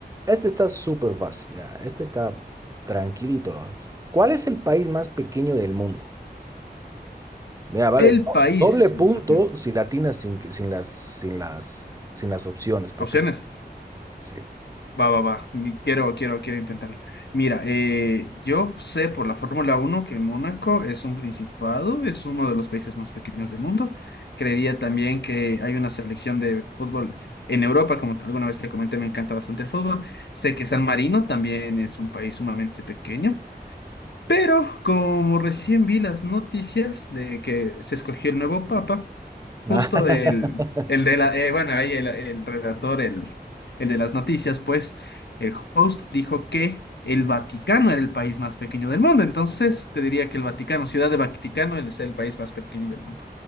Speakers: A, on the right; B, on the left.
A: Este está súper fácil, ya. Este está tranquilito. ¿no? ¿Cuál es el país más pequeño del mundo? Mira, vale,
B: El
A: do-
B: país,
A: doble punto
B: más pequeño.
A: si latinas sin, que- sin las, sin las, sin las opciones, porque
B: Opciones.
A: sí.
B: Va, va, va. Ni- Quiero, quiero, quiero intentarlo. Mira, eh, yo sé por la Fórmula Uno que Mónaco es un principado, es uno de los países más pequeños del mundo. Creería también que hay una selección de fútbol en Europa, como te- alguna vez te comenté, me encanta bastante el fútbol. Sé que San Marino también es un país sumamente pequeño, pero como recién vi las noticias de que se escogió el nuevo papa,
A: <laughs>
B: Justo el, el de la, eh, bueno, ahí el, el redactor, el, el de las noticias, pues, el host dijo que el Vaticano era el país más pequeño del mundo. Entonces, te diría que el Vaticano, Ciudad de Vaticano, es el país más pequeño del mundo.